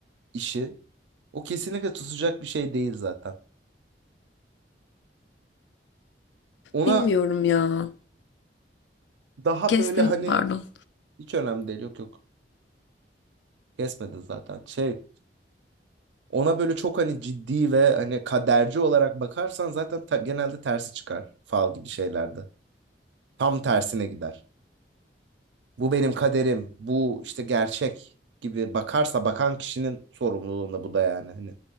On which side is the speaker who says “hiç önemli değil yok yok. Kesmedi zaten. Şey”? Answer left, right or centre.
Right